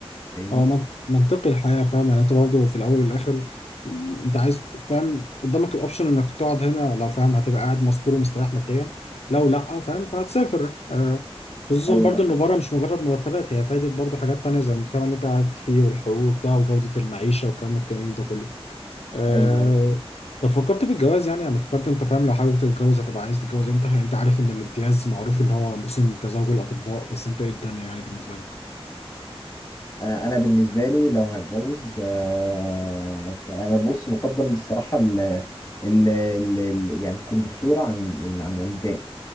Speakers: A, on the left; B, on the left.
A: فاهمني؟
B: هو منط- منطقي الحياه فاهم يعني انت برضه في الاول والاخر مم، انت عايز فاهم قدامك الاوبشن انك تقعد هنا لو فاهم هتبقى قاعد مستور ومستريح ماديا لو لا فاهم فهتسافر آه، خصوصا
A: ايوه
B: برضه
A: ده
B: انه
A: حقيقي
B: بره مش مجرد مرتبات هي فايده برضه حاجات تانية زي المجتمع اللي انت قاعد فيه والحقوق بتاعه وجوده المعيشه والكلام الجميل ده كله آه...
A: ايوه ايوه
B: طب فكرت في الجواز يعني انا فكرت انت فاهم لو حابب تتجوز هتبقى عايز تتجوز امتى يعني انت عارف ان الامتياز معروف ان هو موسم تزاوج الاطباء بس انت ايه الدنيا يعني بالنسبه لك
A: انا انا بالنسبه لي لو هتجوز آه انا بص بفضل الصراحه ال ال ال ال- يعني تكون دكتوره عن عن عن الباقي